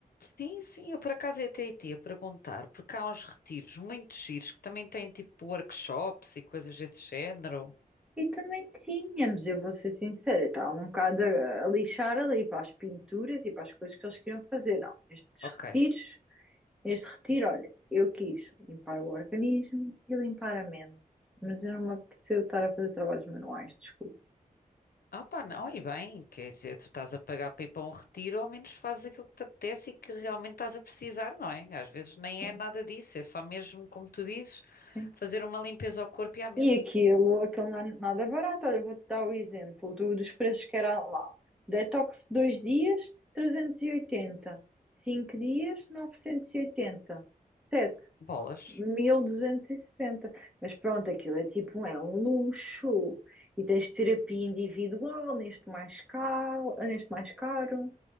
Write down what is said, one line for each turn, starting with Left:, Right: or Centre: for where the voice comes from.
Left: Sim, sim, eu por acaso ia até ia perguntar, porque há uns retiros muito giros que também têm tipo workshops e coisas desse género.
Centre: E também tínhamos, eu vou ser sincera, eu estava um bocado a, a lixar ali para as pinturas e para as coisas que eles queriam fazer. Não, estes
Left: Ok.
Centre: retiros. Neste retiro, olha, eu quis limpar o organismo e limpar a mente, mas eu não me apeteceu estar a fazer trabalhos manuais, desculpe.
Left: Ah pá, não, e bem, quer dizer, tu estás a pagar para ir para um retiro, ao menos fazes aquilo que te apetece e que realmente estás a precisar, não é? Às vezes nem
Centre: Sim,
Left: é nada disso, é só mesmo, como tu dizes,
Centre: sim.
Left: fazer uma limpeza ao corpo e à mente.
Centre: E aquilo, aquilo não é nada barato. Olha, vou-te dar o exemplo do- dos preços que era lá. Detox 2 dias, 380. cinco dias, 980. 7,
Left: Bolas,
Centre: 1260. Mas pronto, aquilo é tipo, é um luxo. E tens terapia individual, neste mais caro, neste mais caro.